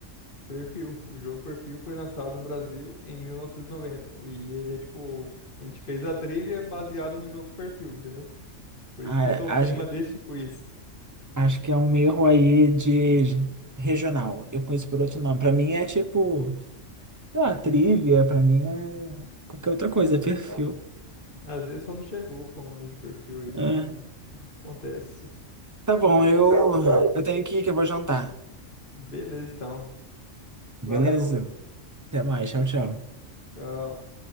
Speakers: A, on the left (about 40°); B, on the right (about 20°).
A: Perfil. O jogo Perfil foi lançado no Brasil em 1990. E noventa. E ele é tipo. A gente fez a trivia baseado no jogo Perfil, entendeu? Por
B: Ah,
A: isso que sou o
B: acho,
A: tema deste quiz.
B: Acho que é um erro aí de regional. Eu conheço por outro nome. Pra mim é tipo, sei lá, trivia, pra mim é qualquer outra coisa,
A: Às
B: é perfil.
A: às vezes só não chegou com o nome de perfil aí.
B: É.
A: né? Acontece.
B: Tá bom, eu,
A: Mas
B: eu tenho que ir que eu vou jantar.
A: beleza, então. Valeu.
B: Beleza? Até mais, tchau, tchau.
A: Tchau.